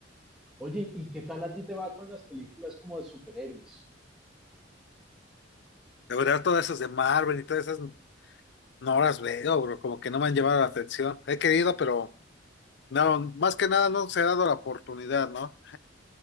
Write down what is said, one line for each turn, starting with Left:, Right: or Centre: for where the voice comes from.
Centre: Oye, ¿y qué tal a ti te va con las películas como de superhéroes?
Left: De verdad, todas esas de Marvel y todas esas. No las veo, bro, como que no me han llamado la atención. He querido, pero no, más que nada no se ha dado la oportunidad, ¿no?